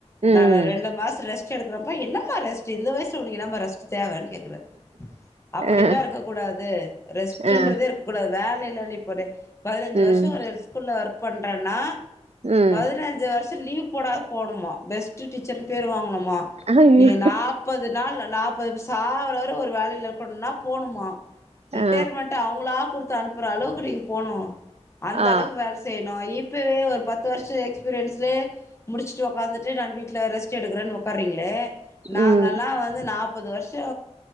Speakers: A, on the right; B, on the left.
A: ம்
B: நா ரெண்டு மாசொ ரெஸ் ட் எடுக்குறம்ப்பா என்னமா ரெஸ்ட்டு இந்த வயசுல உனக்கென்னமா ரெஸ்ட் தேவன் கேக்குறார் அப்டில்லா
A: ஆ
B: இருக்கக் கூடாது ரெஸ்ட்டுன்றதே
A: ஆ
B: இருக்கக் கூடாது வேல <unintelligible> பதினஞ்சு
A: ம்
B: வர்ஷொ ஒரு ஸ்கூல்ல ஒர்க் பண்றன்னா
A: ம்
B: பதினஞ்சு வர்ஷொ லீவ் போடாத் போடுமா பெஸ்ட்டு டீச்சர்னு பேரு வாங்கனும் மா
A: ஐயோ
B: நீங்க நாப்பது நாள் ந நாப் பது சாவுற வர ஒரு வேலையில இருக்கணுன்னா போணுமா ரிட்டைர்மெண்ட்டு
A: ஆ
B: அவுங்களா குடு த்து அனுப் புற அளவுக்கு நீங்க போணு அந்தளவுக்கு
A: ஆ
B: வேல செய்ணு இப் இப்பவே ஒரு பத்து வர்ஷொ எக்ஸ்பீரியன்லே முடிச்சுட்டு ஒக்காந்துட்டு நானு வீட்ல ரெஸ்ட் எடுக்குறன் ஒக்கார ரீங்ளே நாங்கல்லா
A: ம்
B: வந்து நாப் பது வர்ஷொ